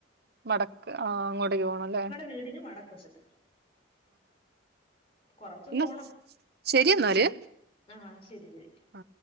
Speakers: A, on the right (about 55°); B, on the left (about 30°).
A: മടക്ക് ആഹ് അങ്ങോട്ടേക്ക് പോണല്ലേ
B: വീടിന് വടക്ക് വശത്ത് കൊറച്ച്
A: എന്നാ
B: പോണം
A: ശരി എന്നാല്
B: ആഹ് ശരി ശരി
A: ആ